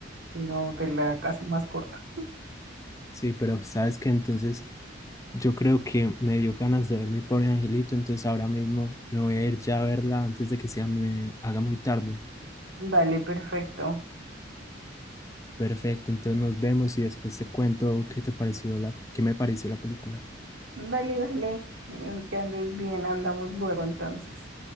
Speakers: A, on the right; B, on the left.
A: sino te la casi más corta.
B: Sí, pero sabes que entonces yo creo que me dio ganas de ver mi pobre angelito, entonces ahora mismo me voy a ir ya a verla antes de que sea me haga muy tarde.
A: Dale, perfecto.
B: Perfecto, entonces nos vemos y después te cuento qué te pareció la, qué me pareció la película.
A: Dale, dale. Que andes bien, hablamos luego entonces.